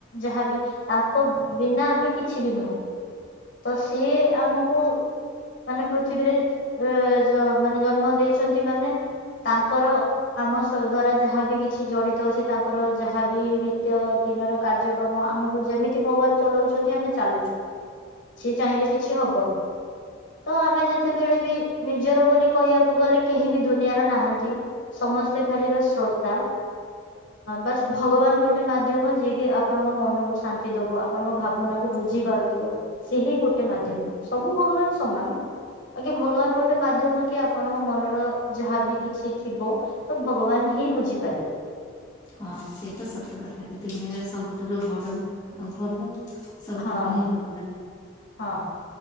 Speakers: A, on the left; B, on the left.
A: ଯାହାବି ତାଙ୍କ ବିନା ଆମେ କିଛି ବି ନୁହଁ। ତ ସିଏ ଆମକୁ ମାନେ ପୃଥିବୀରେ ଏ ଜ ମାନେ ଜନ୍ମ ଦେଇଛନ୍ତି ମାନେ ତାଙ୍କର ଆମ ଦ୍ଵାରା ଯାହାବି କିଛି ଜଡ଼ିତ ଅଛି ତାଙ୍କର ଯାହାବି ନିତ୍ୟ ଦିନର କାର୍ଯ୍ୟ ତମ ଆମକୁ ଯେମିତି ଭଗବାନ ଚଲାଉଚନ୍ତି ଆମେ ଚାଲୁଚୁ। ସିଏ ଚାହିଁଲେ କିଛି ହବନି ତ ଆମେ ଯେତେବେଳେ ବି ନିଜର ବୋଲି କହିବାକୁ ଗଲେ କେହି ବି ଦୁନିଆର ନାହାନ୍ତି। ସମସ୍ତ ଖାଲି ବା ଶ୍ରୋତା ବାସ ଭଗବାନ ଗୋଟେ ଗୋଟେ ମାଧ୍ୟମ ଯିଏକି ଆପଣଙ୍କ ମନକୁ ଶାନ୍ତି ଦବ ଆପଣଙ୍କ ଭାବନାକୁୁ ବୁଝି ପାରୁଥିବ ସେହି ଗୋଟେ ମାଧ୍ୟମ ସବୁ ଭଗବାନ ସମାନ। ଆଜ୍ଞା କି ଭଗବାନ ଗୋଟେ ମାଧ୍ୟମ କି ଆପଣଙ୍କ ମନର ଯାହାବି କିଛି ଥିବ ତ ଭଗବାନ ହିଁ ବୁଝିପାରିବେ।
B: ହଁ ସେ ତ ସତ କଥା ଏ ଦୁନିଆରେ ସବୁଠାରୁ ବଡ ଆଉ ଭଲ ସବୁଠାରୁ
A: ହଁ
B: ହିଁ ଭଗବାନ।
A: ହଁ